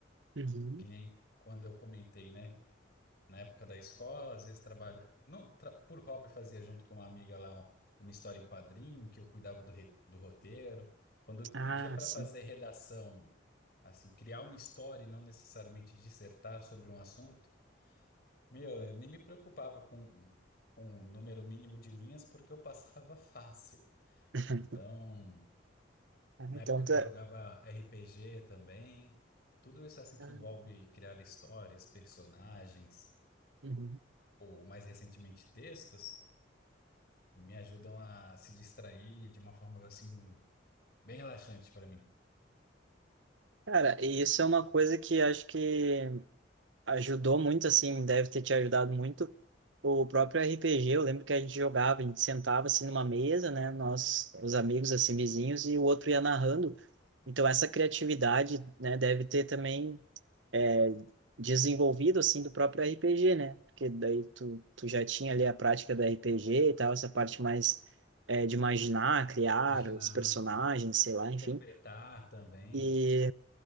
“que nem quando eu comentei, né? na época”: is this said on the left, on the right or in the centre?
Left